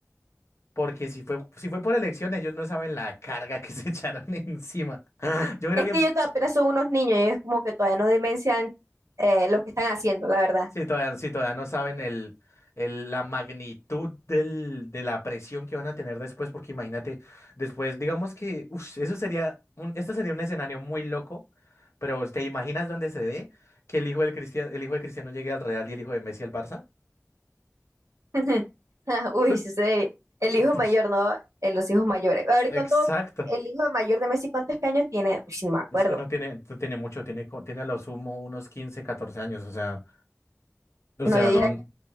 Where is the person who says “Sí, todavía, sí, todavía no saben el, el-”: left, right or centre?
Left